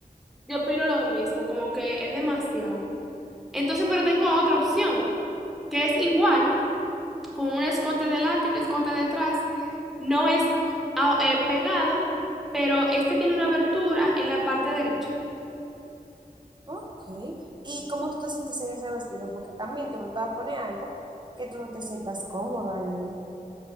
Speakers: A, in the centre; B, on the right.
A: yo opino lo mismo, como que es demasiado. Entonces, pero tengo otra opción, que es igual. con un escote delante y un escote detrás. No es ah, eh, pegado, pero este tiene una abertura en la parte derecha.
B: Ok. ¿Y cómo tú te sientes en ese vestido? Porque también tú no te vas a poner algo que tú no te sientas cómoda en él.